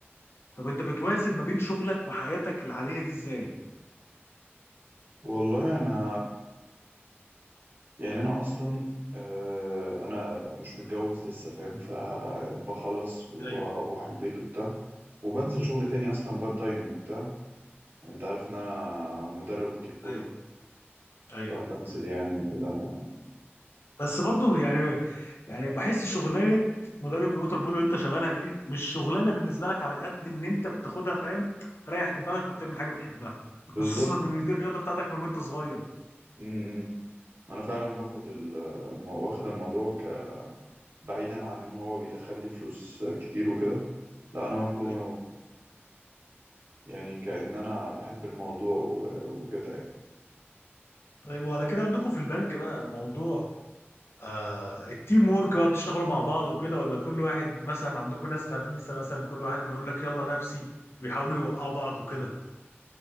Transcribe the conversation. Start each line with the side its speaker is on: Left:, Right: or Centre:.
Left: طب انت بتوازن ما بين شغلك وحياتك العاديه دي ازاي
Right: والله انا يعني انا اصلا آه، انا مش متجوز لسه فاهم فبخلص واروح
Left: ايوه
Right: البيت وبتاع وبنزل شغل تاني اصلا بار تايم وبتاع انت عارف ان انا مدرب ووتر بولو
Left: ايوه ايوه
Right: فبنزل يعني وكده
Left: بس برضو يعني يعني بحس شغلانه مدرب الووتر بول اللي انت شغالها دي مش شغلانه بالنسبه لك على قد ان انت بتاخدها فاهم تريح دماغك وبتعمل حاجه بتحبها
Right: بالظبط
Left: خصوصا ان دي الرياضه بتاعتك من وانت صغير
Right: م- م. انا فعلا باخد ال- واخد الموضوع ك... بعيدا عن ان هو بيدخل لي فلوس كتير وكده لا انا واخده
Left: طيب
Right: يعني كأن أنا بحب الموضوع و- وكده يعني
Left: طيب وعلى كده عندكم في البنك بقى الموضوع آه التيم وورك بقى بتشتغلوا مع بعض وكده ولا كل واحد مثلا عندكم ناس خبيثه مثلا كل واحد بيقول لك يلا نفسي ويحاولوا يوقعوا بعض وكده